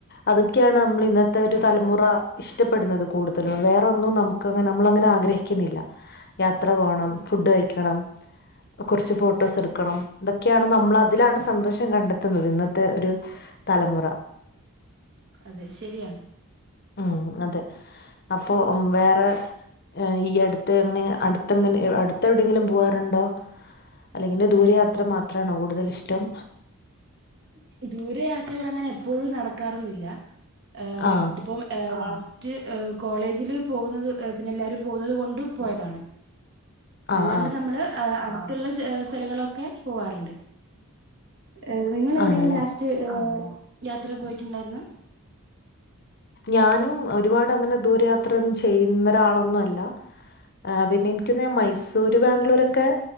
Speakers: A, on the left (about 45°); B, on the right (about 55°).
A: അതൊക്കെയാണ് നമ്മൾ ഇന്നത്തെ ഒര് തലമുറ ഇഷ്ടപ്പെട്ന്നത് കൂടുതലും വേറൊന്നും നമുക്ക്ങ്ങനെ നമ്മള് അങ്ങനെ ആഗ്രഹിക്ക്‌ന്നില്ല യാത്ര പോണം
B: ഉം.
A: ഫുഡ് കഴിക്കണം. കൊർച്ച് ഫോട്ടോസ് എട്ക്കണം. ഇതൊക്കെയാണ് നമ്മൾ അതിലാണ് സന്തോഷം കണ്ടെത്തുന്നത് ഇന്നത്തെ ഒരു തലമുറ
B: അതെ ശെരിയാണ്.
A: ഉം അതെ അപ്പൊ വേറെ ഏഹ് ഈ അട്ത്ത് എങ്ങനെ അട്ത്തെങ്ങനെ അട്ത്ത്എവിടെങ്കിലും പോവാറ്ണ്ടോ? അല്ലെങ്കില് ദൂരയാത്ര മാത്രാണോ കൂടുതൽ ഇഷ്ടം.
B: ഇപ്പ ദൂരയാത്രകൾ അങ്ങനെ എപ്പോഴും നടക്കാറൊന്നില്ല. ഏഹ്
A: ആ
B: ഇതിപ്പൊ ഏഹ് വളച്ച് റ്റ് ഏഹ് കോളേജില് പോവ്ന്നത് ഏഹ് പിന്നെ എല്ലാരും പോവുന്നത് കൊണ്ട് പോയതാണ്.
A: ആ
B: അല്ലാണ്ട്
A: ആ
B: നമ്മള് ഏഹ് അട്ത്ത്ള്ള ചെ സ്ഥലങ്ങളൊക്കെ പോവാറ്ണ്ട്. ഏഹ് നിങ്ങൾ എവിടെയാണ്
A: ആണല്ലേ
B: ലാസ്റ്റ്ഏഹ് യാത്ര പോയിട്ട്ണ്ടായിര്ന്ന്?
A: ഞാനും ഒരുപാട് അങ്ങനെ ദൂരയാത്രയൊന്നും ചെയ്യുന്ന ഒരാളൊന്നും അല്ല. ആഹ് പിന്നെ എനിക്കൊന്ന് മൈസൂര് ബാംഗ്ലൂരൊക്കെ